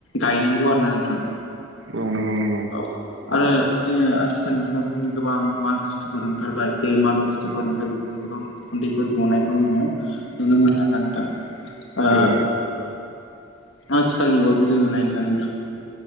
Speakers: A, on the left; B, on the right.
A: गायनांगौ आरोना नोंथां।
B: औ नोंगौ नोंगौ
A: औ आरो बिदिनो आथिखालनि बिङाव बिदिनो गोबां माल बुस्थुफोर ओंखारबाय बे माल बुस्थुफोरनिफ्राय बिदिनो गोबां उखुन्दैफोर गनायखौ जोङो नुनो मोनो आरोना नोंथां। आं
B: औ
A: आथिखालनिखौथ' जोङो नायनो थाङोब्ला